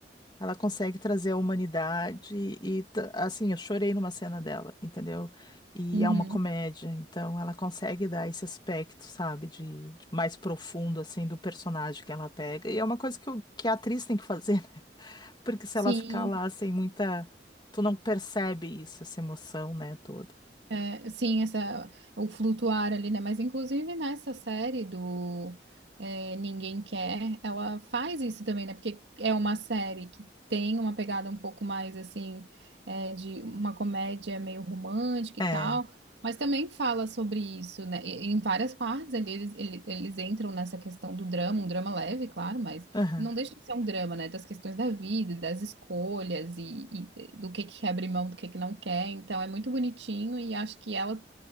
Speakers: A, on the left; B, on the right.
A: Ela consegue trazer a humanidade e, t- assim, eu chorei numa cena dela, entendeu? E
B: Uhum.
A: é uma comédia, então ela consegue dar esse aspecto, sabe, de, de mais profundo, assim, do personagem que ela pega. E é uma coisa que, o, que a atriz tem que fazer, <laughs> né? Porque se
B: Sim.
A: ela ficar lá sem muita. Tu não percebe isso, essa emoção, né, toda.
B: É, sim, essa, o flutuar ali, né? Mas inclusive nessa série do é, Ninguém Quer, ela faz isso também, né? Porque é uma série que tem uma pegada um pouco mais assim, é, de uma comédia meio romântica e
A: É,
B: tal, mas também fala sobre isso, né? E- Em várias partes ali eles, ele- eles entram nessa questão do drama, um drama leve, claro, mas
A: aham,
B: não deixa de ser um drama, né? Das questões da vida, das escolhas e, e do que que quer abrir mão, do que que não quer. Então é muito bonitinho e acho que ela,